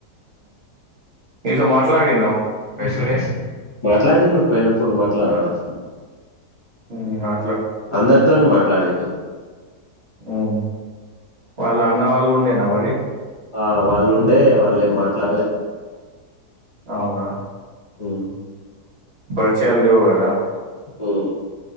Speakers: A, on the right; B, on the left.
A: మీతో మాట్లాడి
B: సురేష్ మాట్లాడిడి పోయినప్పుడు మాట్ అలాడం
A: ఉ అ
B: అందరితోనే మాట్లాడిడు
A: ఆ వాళ్ళ అన్న వాళ్ళు ఉండేనా మరి
B: ఆ వాళ్ళు ఉండే వాళ్ళేం మాట్లాడలే
A: అవునా
B: ఉమ్
A: పర్చి హల్లే వగరా
B: ఉమ్.